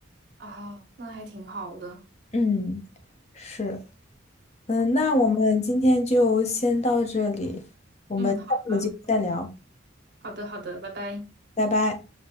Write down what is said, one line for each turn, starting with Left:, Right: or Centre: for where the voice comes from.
Right: 啊，那还挺好的。
Left: 嗯，是。嗯，那我们今天就先到这里，我们下次有机会再聊，
Right: 嗯，好的，好的，好的，拜拜。
Left: 拜拜。